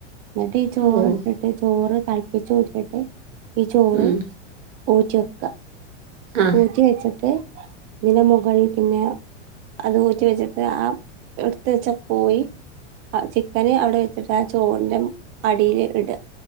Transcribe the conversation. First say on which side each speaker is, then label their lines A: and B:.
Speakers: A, on the right (about 35°); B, on the right (about 80°).
A: എന്നിട്ട് ഈ ചോറ്
B: ഓ
A: ഇട്ടിട്ട് ചോറ് തളപ്പിച്ച് ഊറ്റിട്ട് ഈ ചോറ്
B: ഉം.
A: ഊറ്റി വെക്ക
B: ആ
A: ഊറ്റി വെച്ചിട്ട് ഇതിന് മുകളിൽ പിന്നെ അത് ഊറ്റ വെച്ചിട്ട് ആ എടുത്ത് വെച്ച കോയി ചിക്കന് അവിടെ വെച്ചിട്ട് ആ ചോറിന്റെ അടിയിൽ ഇടുക